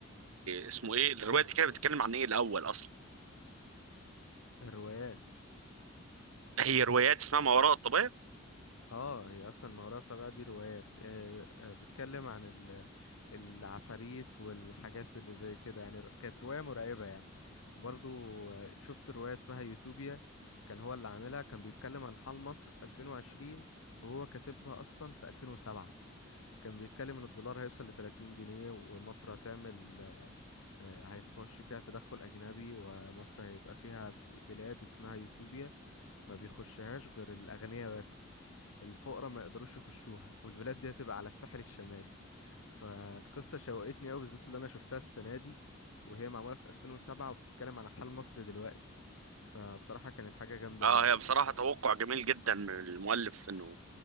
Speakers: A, on the right; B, on the left.
A: اسمه ايه الروايه دي كانت بتتكلم عن ايه الاول اصلا
B: فالروايات
A: هي روايات اسمها ما وراء الطبيعه
B: اه هي اصلا ما وراء الطبيعة دي روايات آه، آه، بتتكلم عن ال- العفاريت والحاجات اللي زي كده يعني ر- كانت رواية مرعبة يعني وبرضو آه، شفت رواية اسمها يوتوبيا كان هو اللي عاملها كان بيتكلم عن حال مصر في 2020 وهو كاتبها اصلا في 2007 كان بيتكلم ان الدولار هيوصل ل 30 جنيه ومصر هتعمل آه، آه، هيخش فيها تدخل اجنبي ومصر هيبقى فيها ب- بلاد اسمها يوتوبيا ما بيخشهاش غير الأغنياء بس الفقراء ما يقدروش يخشوها والبلاد دي هتبقى على الساحل الشمالي فالقصة شوقتني أوي بالذات اللي أنا شفتها السنة دي وهي معمولة في 2007 وبتتكلم على حال مصر دلوقتي فبصراحة كانت حاجة جامدة
A: اه
B: أوي
A: هي بصراحه توقع جميل جدا من المؤلف انه